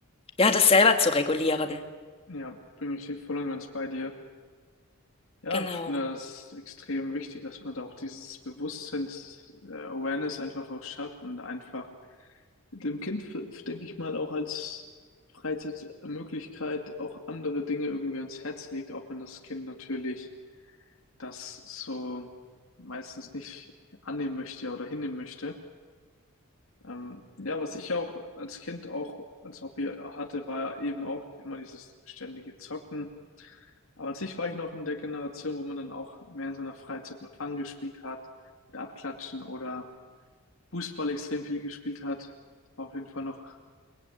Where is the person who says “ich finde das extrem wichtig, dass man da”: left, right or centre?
Left